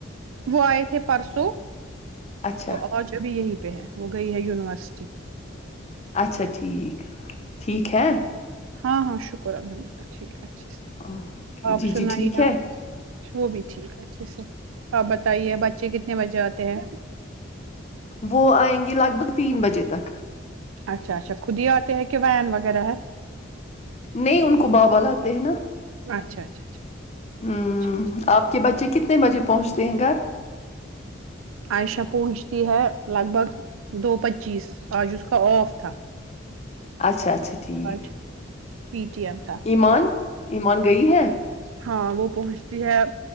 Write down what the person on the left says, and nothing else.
اچھا
اچھا ٹھیک ٹھیک ہے
اوکے،
جی جی ٹھیک
وہ آئیں گے لگ بھگ تین بجے تک
نہیں ان کو بابا لاتے ہیں نا
ہ
آپ کے بچے کتنے بجے پہنچتے ہیں گھر
اچھا اچھا ٹھیک
ایمان ایمان گئی ہیں